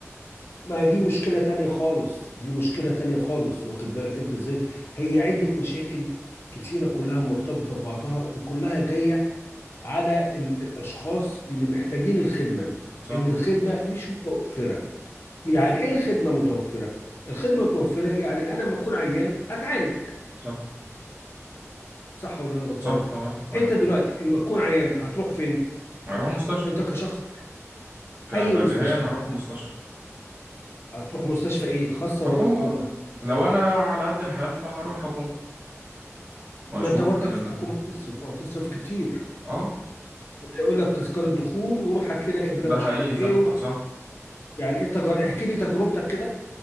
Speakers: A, on the left; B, on the right.
A: ما دي مشكله تانية خالص دي مشكله تانية خالص واخد بالك انت ازاي هي عده مشاكل كتيره كلها مرتبطه ببعضها وكلها جايه على ال الاشخاص اللي محتاجين الخدمه
B: صح
A: ان الخدمه مش متوفره يعني ايه الخدمه متوفره الخدمه متوفره يعني انا لما اكون عيان اتعالج
B: صح
A: صح ولا انا غلطان
B: صح طبعا معاك
A: انت
B: حق.
A: دلوقتي لما تكون عيان هتروح فين
B: هروح مستشفى
A: انت كشخص
B: كبديهيا
A: اي مستشفى
B: هروح مستشفى
A: هتروح مستشفى ايه خاصه
B: حكومة
A: ولا حكومه
B: بقى لو انا على قد الحال فهروح حكومة واشوف
A: ما انت برضك
B: يعني
A: في الحكومه هتصرف وهتصرف كتير
B: اه
A: انت يقول لك تذكره دخول وروح هات لنا ابره
B: ده
A: مش
B: حقيقي
A: عارف
B: فعلا
A: ايه وروح
B: صح
A: يعني انت جر... احكي لي تجربتك كده